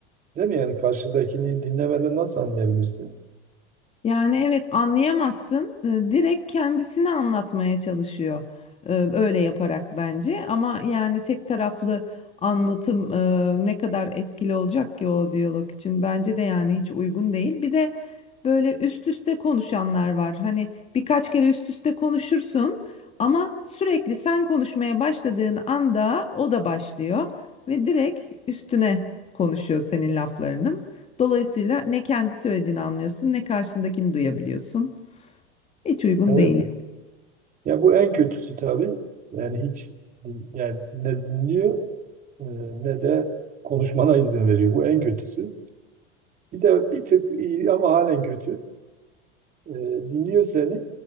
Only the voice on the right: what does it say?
Değil mi? Yani karşıdakini dinlemeden nasıl anlayabilirsin?
Evet.
Ya bu en kötüsü tabii. Yani hiç yani ne dinliyor e, ne de konuşmana izin veriyor. Bu en kötüsü. Bir de bir tık iyi ama halen kötü. E, dinliyor seni